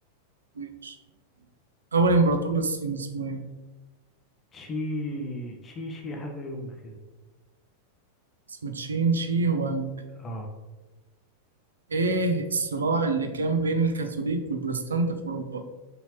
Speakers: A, on the right; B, on the left.
A: ماشي أول إمبراطور للصين اسمه إيه؟
B: تشي تشي شي حاجة يونج كده
A: اسمه تشين شي وانج
B: اه
A: إيه الصراع اللي كان بين الكاثوليك والبروتستانت في أوروبا؟